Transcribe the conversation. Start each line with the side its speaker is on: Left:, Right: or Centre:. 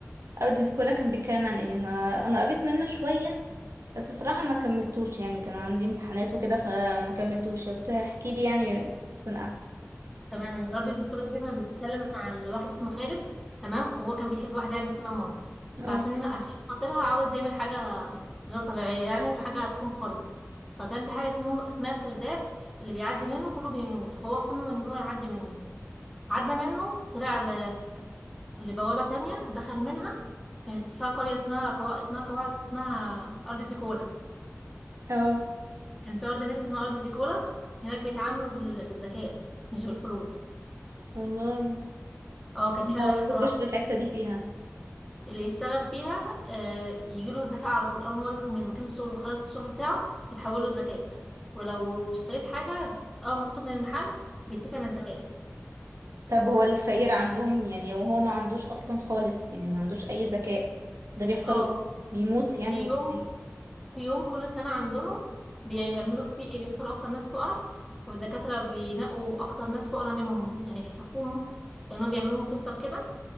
Right: او دي كلها كان بيتكلم عن ايه انا انا قريت منه شويه بس صراحه ما كملتوش يعني كان عندي امتحانات وكده فما كملتوش لو تحكي لي يعني تكون احسن
Centre: تمام يعني الارض دي كلها دي كانت بتتكلم على واحد اسمه خالد تمام وهو كان بيحب واحده يعني اسمها منى
Right: اه
Centre: فعشان عشان خاطرها عاوز يعمل حاجه غير طبيعيه يعني وحاجه هتكون خارقه فكان في حاجه اسمها اسمها سرداب اللي بيعدي منه كله بيموت فهو صمم ان هو يعدي منه عدى منه طلع ل... لبوابه تانية دخل منها كانت فيها قريه اسمها كو... اسمها قواعد اسمها ارض زيكولا
Right: اه
Centre: كان في ارض هناك اسمها ارض زيكولا هناك بيتعاملوا بال... بالذكاء مش بالفلوس
Right: والله
Centre: اه كانت حلوه
Right: ما وصلتش
Centre: قوي صراحه
Right: للحته دي فيها
Centre: اللي يشتغل فيها آه، يجيله الذكاء على طول اول ما هو يخرج من مكان الشغل ويخلص الشغل بتاعه يتحول له الذكاء ولو اشتريت حاجة اول ما تخرج من المحل بيدفع من الذكاء
Right: طب هو الفقير عندهم يعني وهو ما عندوش اصلا خالص يعني ما عندوش اي ذكاء ده بيحصل
Centre: اه
Right: بيموت يعني
Centre: في
Right: ولا
Centre: يوم
Right: ايه
Centre: في يوم كل سنة عندهم بيعملوا فيه ايه بيختاروا اكتر ناس فقراء والدكاترة بينقوا اكتر ناس فقراء منهم يعني يصفوهم كأنهم بيعملوهم فلتر كده